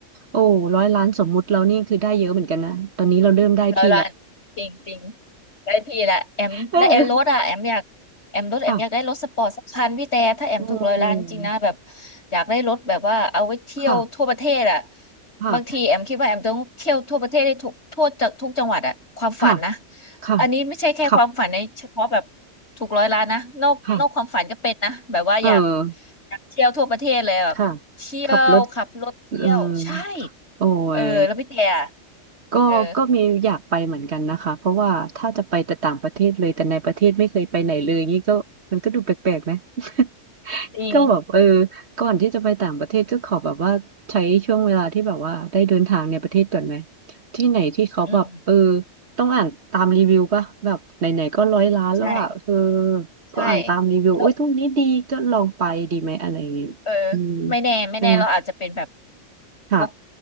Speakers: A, on the right; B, on the left.
A: โอ้ร้อยล้านสมมุติเรานี่คือได้เยอะเหมือนกันนะตอนนี้เราเริ่มได้ที่แล้ว
B: รลอยล้านจริงจริงได้ที่ละแอมและแอมรถอ่ะแอมอยากแอมรถแอมอยากได้รถสปอร์ตสักคันพี่แต่ถ้าแอมถูกร้อยล้านจริงนะแบบ
A: <laughs> เออค่ะโอ้
B: อยากได้รถแบบว่าเอาไว้เที่ยวทั่วประเทศอ่ะ
A: ค่ะค่ะ
B: บางทีแอมคิดว่าแอมต้องเที่ยวทั่วประเทศได้ทุกทั่วจากทุกจังหวัดอ่ะความฝันนะ
A: ค่ะค่ะ
B: อันนี้ไม่ใช่แค่ความฝันในเฉพาะแบบ
A: ขับ
B: ถูกร้อยล้านนะนอกนอกความฝันก็เป็นนะแบบว่าอยาก
A: ค่ะเออ
B: อยากเที่ยวทั่วประเทศเลยแบบเที่ยวขับรถเที่ยวใช่
A: ค่ะขับรถ อืมโอ้ย
B: เออแล้วพี่แต่อะ
A: ก็ก็มีอยากไปเหมือนกันนะคะเพราะว่าถ้าจะไปแต่ต่างประเทศเลยแต่ในประเทศไม่เคยไปไหนเลยนี่ก็มันก็ดูแปลกๆไหม
B: เออ
A: <laughs>
B: จริง
A: ก็แบบเออก่อนที่จะไปต่างประเทศก็ขอแบบว่าใช้ช่วงเวลาที่แบบว่าได้เดินทางในประเทศก่อนไหมที่ไหนที่เขาแบบเออ
B: อืม
A: ต้องอ่านตามรีวิวป่ะแบบไหนๆก็ร้อยล้านแล้วอ่ะเออ
B: ใช่ใช่
A: ก็อ่านตามรีวิวอุ้ยตรงนี้ดีก็ลองไปดีไหมอะไรอย่างเงี้ยอืม
B: แล้วเออไม่แน่ไม่แน่เราอาจจะเป็นแบบ
A: ใช่ไหมค่ะ
B: วก